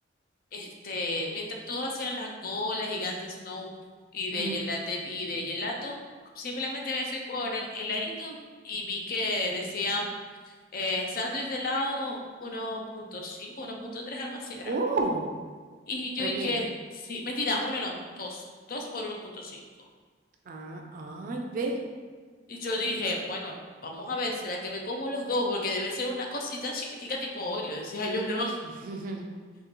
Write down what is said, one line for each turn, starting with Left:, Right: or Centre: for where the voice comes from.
Left: este, mientras todos hacían las golas gigantes snow y
Right: Ujú.
Left: de gelato, y de gelato, simplemente me fui por heladito y vi que decían eh, sándwich de helado uno punto cinco, uno punto tres algo así era.
Right: Uh,
Left: Y yo
Right: re
Left: dije,
Right: bien.
Left: sí, mentira, uno no, dos, dos por uno punto cinco
Right: Ah, ay, ve.
Left: Y yo dije, bueno, vamos a ver, ¿será que me como los dos? Porque debe ser una cosita chiquitica tipo Oreo, decía yo, no.
Right: <laughs>